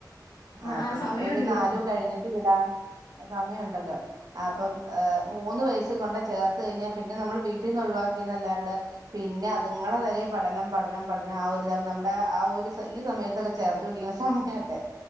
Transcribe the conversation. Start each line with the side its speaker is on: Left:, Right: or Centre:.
Left: ആഹ്
Right: അപ്പം
Left: ആഹ് സമയമുണ്ടല്ലോ
Right: ഒരു നാലോ കഴിഞ്ഞിട്ട് വിടാം സമയമുണ്ടല്ലോ അപ്പം മൂന്ന് വയസ്സി കൊണ്ട് ചേർ ത്ത് കഴിഞ്ഞാൽ പിന്നെ നമ്മള് വീട്ടീന്ന് ഒഴിവാക്കിയന്നല്ലാണ്ട് പിന്നെ അതുങ്ങളെ തലയിൽ പഠനം പഠനം പഠനം ആഹ് ഒരിതാവും നമ്മുടെ ആഹ് ഒരു ഈ സമയത്തൊക്കെ ചേർത്ത് പിടിക്കണ സമയല്ലേ